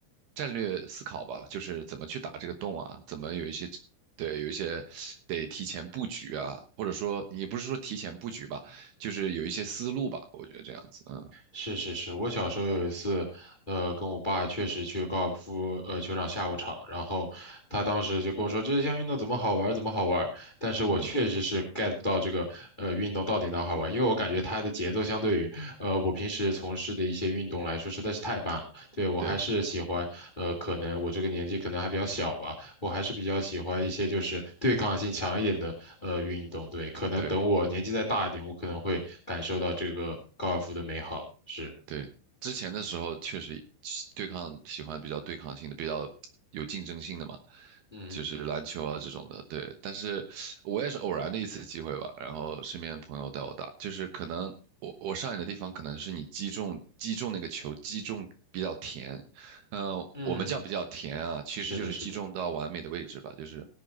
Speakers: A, on the right; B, on the left.
A: 战略思考吧，就是怎么去打这个洞啊，怎么有一些对有一些得提前布局啊，或者说你不是说提前布局吧，就是有一些思路吧，我觉得这样子，嗯
B: 是是是，我小时候有一次，呃，跟我爸确实去高尔夫呃球场下午场，然后他当时就跟我说这项运动怎么好玩儿，怎么好玩儿，但是我确实是
A: 嗯，
B: get 不到这个呃运动到底哪儿好玩，因为我感觉它的节奏相对于呃我平时从事的一些运动来说实在是太慢了，对，我还是喜欢呃可能我这个年纪可能还比较小吧，
A: 对
B: 我还是比较喜欢一些就是对抗性强一点的呃运动。对，可能等我年纪再大一点，
A: 对。
B: 我可能会感受到这个高尔夫的美好。是，
A: 对，之前的时候确实对抗喜欢比较对抗性的，比较有竞争性的嘛，
B: 嗯
A: 就是篮球啊这种的。对，但是我也是偶然的一次机会吧，然后身边的朋友带我打，就是可能我我上瘾的地方可能是你击中击中那个球击中比较甜，嗯、
B: 嗯，
A: 我们叫比较甜啊，其实就是击中到完美的位置吧，
B: 是的，是的，
A: 就是